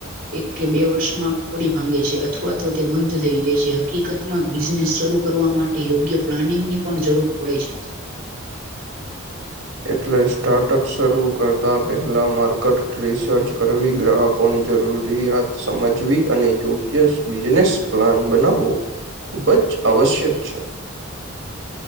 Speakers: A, on the right (about 40°); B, on the right (about 55°).
A: એક કે બે વર્ષમાં પડી ભાંગે છે અથવા તો તે બંધ થઈ જાય છે હકીકત બિઝનેસ શરૂ કરવા માટે યોગ્ય પ્લાનિંગ ની પણ જરૂર પડે છે
B: એટલે સ્ટાર્ટઅપ શરૂ કરતા પહેલા માર્કટ રિસર્ચ કરવી ગ્રાહક ની જરૂરિયાત સમજવી અને યોગ્ય બિઝનેસ પ્લાન બનાવવો ખુબ જ આવશ્યક છે <inaudible>